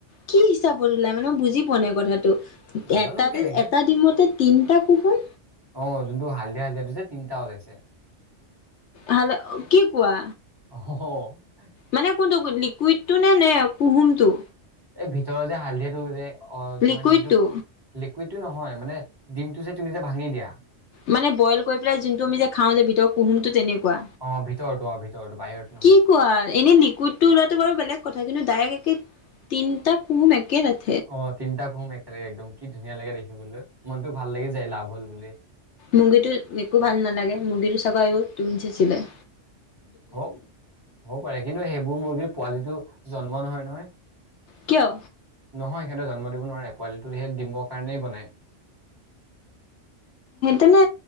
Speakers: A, on the left; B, on the right.
A: কি হিচাপত ওলাই মানে মই বুজি পোৱা নাই কথাটো।
B: নাজানো
A: এটা
B: কেনেকে
A: এটা ডিমতে তিনটা কুহুম।
B: অ যোনটো হালধিয়া, হালধিয়াটো যে তিনিটা ওলাইছে।
A: হেল্ল কি কোৱা?
B: অহহ।
A: মানে কোনটো লিকুইডটো নে, নে কুহুমটো
B: এই ভিতৰৰ যে হালধিয়া টো যে অ
A: লিকুইডটো
B: তোমাৰ দিমটো লিকুইডটো নহয় মানে ডিমটো যে তুমি যে ভাঙি দিয়া।
A: মানে বইল কৰি পেলাই যোনটো আমি যে খাওঁ যে ভিতৰ কুহুমটো তেনেকুৱা।
B: অ ভিতৰতো অ ভিতৰতো বাহিৰত নহয়
A: কি কোৱা এনে লিকুইড টো ওলাতো বাৰু বেলেগ কথা কিন্তু ডাইৰেকট একে তিনিটা কুহুম একে ৰাইত
B: অ তিনিটা কহুম একেলগে একদম কি ধুনীয়া লাগে দেখিবলৈ মনতটো ভাল লাগি যায় লাভ হল বুলি।
A: মুৰ্গীটো একো ভাল নালাগে মুৰ্গীটো চাবা আয়ুস তুন চেচিলে।
B: হব হ'ব পাৰে কিন্তু সেইবোৰ মুৰ্গীৰ পোৱালিটো জন্ম নহয় নহয়।
A: কিয়?
B: নহয় সিহঁতে জন্ম দিব নোৱাৰে পোৱালিটো সেই দিমৰ কাৰণেই বনায়।
A: তেনে